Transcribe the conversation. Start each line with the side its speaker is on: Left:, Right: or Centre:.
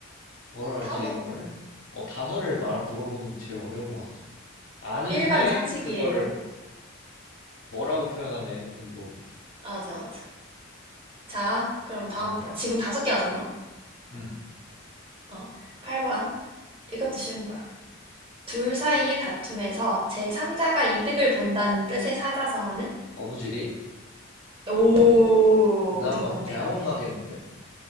Left: 뭐라 하지,
Right: 단어?
Left: 이런 거를? 어, 단어를 말, 물어보는 게 제일 어려운 것 같아. 아는데,
Right: 일반 상식이에요.
Left: 그거를 뭐라고 표현하냐, 이렇게 물어보
Right: 맞아, 맞아. 자, 그럼 다음
Left: 아,
Right: 번. 지금 다섯 개 맞았나?
Left: 응.
Right: 어, 8번. 이것도 쉬운 거야. 둘 사이의 다툼에서 제3자가 이득을 본다는 뜻의 사자성어는?
Left: 어부지리.
Right: 오,
Left: 나
Right: 딩동댕.
Left: 막 대학원 가겠는데?